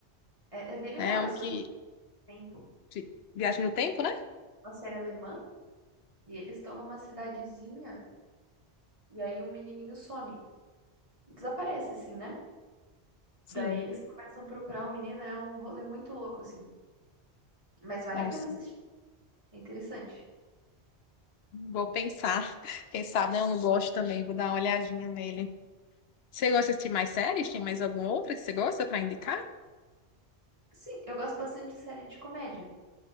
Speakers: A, on the right (about 30°); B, on the left (about 70°).
A: É, é bem legal,
B: É o
A: é sobre
B: que...
A: o tempo.
B: de- Viagem no tempo, né?
A: Uma série alemã, e eles estão numa cidadezinha, e aí um menininho some. Desaparece, assim, né?
B: Sim.
A: Daí eles começam a procurar o menino, é um rolê muito louco, assim. Mas vale
B: Nossa.
A: a pena assistir, é interessante.
B: Vou pensar. <laughs> Quem sabe, né? Eu não gosto também. Vou dar uma olhadinha nele. Você gosta de assistir mais séries? Tem mais alguma outra que você gosta pra indicar?
A: Sim, eu gosto bastante de série de comédia.